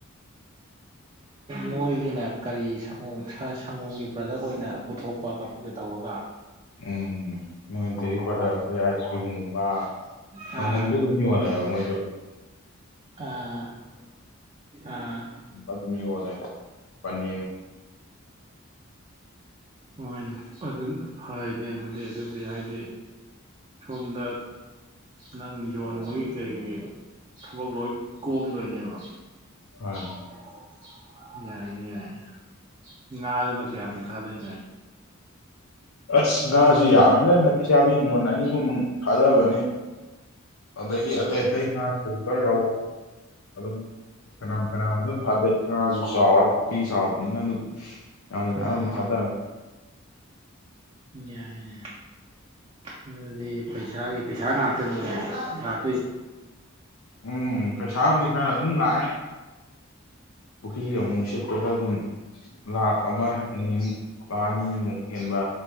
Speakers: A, on the right; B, on the left.
A: ꯃꯣꯏꯒꯤꯅ ꯀꯔꯤ ꯁꯪꯒꯣꯝ ꯁꯪꯒꯣꯝꯒꯤ ꯄ꯭ꯔꯗꯛ ꯑꯣꯏꯅ ꯄꯨꯊꯣꯛꯄ ꯀꯝꯄꯅꯤ ꯇꯧꯔꯒ
B: ꯎꯝ ꯃꯣꯏ ꯗꯦꯔꯤ ꯄ꯭ꯔꯗꯛ ꯑꯩꯈꯣꯏ ꯑꯥꯏꯁ ꯀ꯭ꯔꯤꯝꯒꯨꯝꯕ ꯁꯪꯒꯣꯝꯁꯨ
A: ꯑꯥ
B: ꯑꯗꯨꯝ ꯌꯣꯜꯂꯦꯕ ꯃꯣꯏꯖꯨ
A: ꯑꯥ ꯑꯥ
B: ꯑꯗꯨꯨꯝ ꯌꯣꯜꯂꯦ ꯄꯅꯤ
A: ꯍꯣꯏꯅꯦ ꯑꯗꯨ ꯐꯩꯅꯦ ꯑꯗꯨꯗꯤ ꯑꯗꯨꯗꯤ ꯍꯥꯏꯗꯤ ꯁꯣꯝꯗ ꯅꯪ ꯌꯣꯟꯕꯒꯤ ꯀꯔꯤꯒꯤ ꯊꯕꯛ ꯂꯣꯏ ꯀꯣꯝꯗꯣꯏꯅꯦꯕ
B: ꯃꯥꯅꯤ
A: <inaudible> ꯌꯥꯏ ꯌꯥꯏ ꯉꯥ ꯑꯗꯨ ꯅ ꯀ ꯌꯥꯝ ꯊꯗꯩ
B: ꯑꯁ ꯉꯥꯖꯨ ꯌꯥꯝꯃꯤꯅ ꯅꯥꯄꯤ ꯆꯥꯕꯤ ꯃꯣꯟ ꯑꯅꯤ ꯑꯍꯨꯝ ꯊꯥꯗꯕꯅꯦ ꯑꯗꯒꯤ ꯑꯇꯩ ꯑꯇꯩ ꯉꯥ ꯁꯤꯜꯕꯔ ꯔꯧ ꯑꯗꯨꯝ ꯐꯅꯝ ꯐꯅꯥꯝ ꯑꯗꯨꯝ ꯊꯥꯗꯩ ꯉꯥꯁꯨ ꯆꯥꯎꯔꯦ ꯄꯨꯈꯤ ꯆꯥꯎꯕꯅꯤꯅ ꯑꯗꯨꯝ ꯉꯥꯗꯤ ꯃꯌꯥꯝ
A: ꯎꯝ
B: ꯑꯃ ꯊꯥꯗ
A: ꯌꯥꯏꯌꯦ ꯑꯗꯨꯗꯤ ꯄꯩꯁꯥꯒꯤ ꯄꯩꯁꯥ ꯉꯥꯛꯇꯅꯤꯅꯦ ꯂꯥꯛ
B: ꯎꯝ ꯄꯩꯁꯥꯕꯨꯗꯤ ꯈꯔ ꯑꯗꯨꯝ ꯂꯥꯛꯑꯦ ꯄꯨꯈꯔ꯭ꯤꯒ ꯑꯃꯨꯛ ꯑꯃꯨꯛ ꯁꯤꯠ ꯑꯗꯨꯗ ꯑꯗꯨꯝ ꯂꯥꯛ ꯑꯃ ꯑꯅꯤꯃꯨꯛ ꯂꯥꯛ ꯑꯅꯤ ꯑꯃꯨꯛ ꯍꯦꯟꯕ